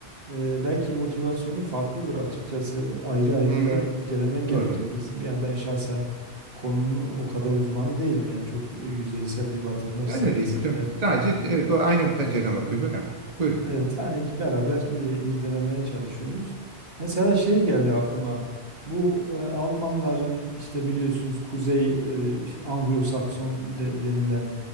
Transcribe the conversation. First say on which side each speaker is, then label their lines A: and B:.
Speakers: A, on the right; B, on the right.
A: e, belki motivasyonu farklıdır açıkçası. Ayrı ayrı
B: Hı
A: da
B: hı,
A: incelemek gerekir.
B: doğru.
A: Biz yani ben şahsen konunun o kadar uzmanı değilim yani çok e, yüzeysel bir vatandaş
B: Ben
A: seviyesinde
B: de değil hocam. Sadece
A: bilgi
B: evet, doğru. Aynı pencereden bakıyoruz hocam. Buyurun.
A: Evet, hani ki beraber e, irdelemeye çalışıyoruz. Mesela şey geldi aklıma. Bu e, Almanların işte biliyorsunuz Kuzey e, işte Anglo-Sakson de- denilen